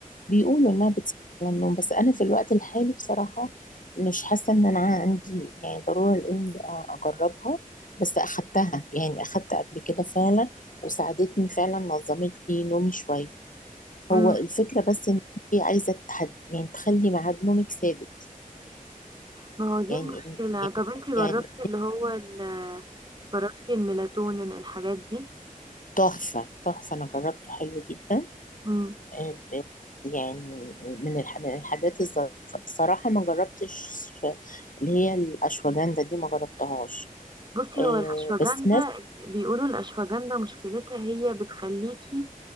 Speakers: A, on the left; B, on the right.
A: بيقولوا انها بتساعد على النوم بس انا في الوقت الحالي بصراحه مش حاسه ان انا عندي يعني ضروره لاني أ- اجربها بس اخدتها يعني اخدت قبل كده فعلا وساعدتني فعلا نظمت لي نومي شويه
B: امم
A: هو الفكره بس ان انت عايزه تحد يعني تخلي ميعاد نومك ثابت
B: ما هو دي
A: يعني
B: المشكلة
A: إن- يعني
B: طب انتي جربتي
A: يعني
B: اللي هو ال... جربتي الميلاتونين الحاجات دي
A: تحفه تحفه انا جربته حلو جدا
B: مم.
A: آه، آه، يعني من الح- من الحاجات الظريفة الصراحة ما جربتش اللي هي الأشواجندا دي ما جربتهاش
B: بصي
A: آه،
B: هو الأشواجندا
A: بس ناس
B: بيقولوا الأشواجندا مشكلتها هي بتخليكي